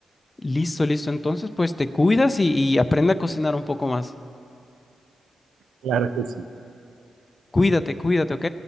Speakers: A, on the left; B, on the right.
A: Listo, listo. Entonces pues te cuidas y, y aprende a cocinar un poco más.
B: Claro que sí.
A: Cuídate, cuídate, ¿ok?